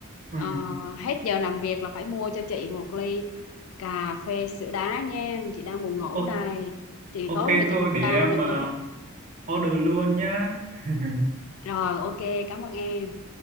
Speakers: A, on the right; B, on the left.
A: ừ.
B: ờ, hết giờ làm việc là phải mua cho chị một ly cà phê sữa đá nha. Chị đang buồn ngủ
A: O-
B: đây. Chị
A: ok
B: tối nay
A: thôi
B: chị tăng
A: để
B: ca
A: em
B: nữa.
A: mà order luôn nhá <laughs>
B: Rồi, ok, cảm ơn em.